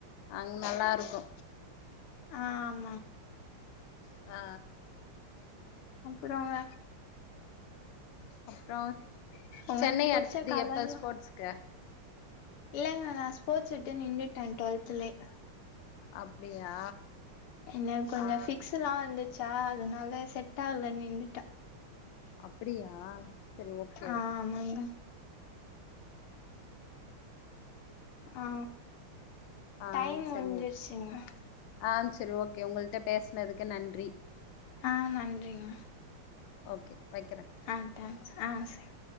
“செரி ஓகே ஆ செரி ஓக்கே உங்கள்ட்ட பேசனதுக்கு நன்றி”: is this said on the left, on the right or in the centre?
Left